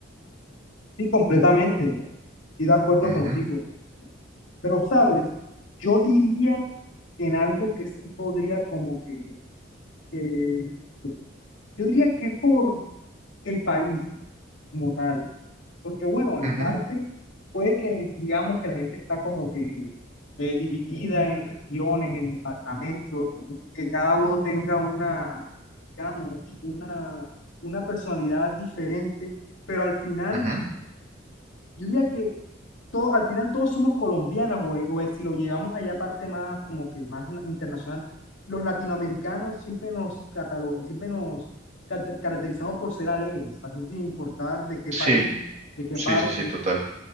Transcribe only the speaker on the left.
sí, completamente, y de acuerdo
contigo. Pero, ¿sabes? Yo diría que en algo que sí podría como que, que- yo diría que por el país como tal. Porque bueno, en
parte puede que digamos que la gente está como que eh, dividida en regiones, en departamentos, que cada uno tenga una, digamos, una, una personalidad diferente, pero al final,
yo diría que todo, al final todos somos colombianos, o, o si lo llegamos allá aparte más como que más na- internacional, los latinoamericanos siempre nos catalogan, siempre nos cate- caracterizamos por ser alegres, así sin importar de qué
país, de qué
parte.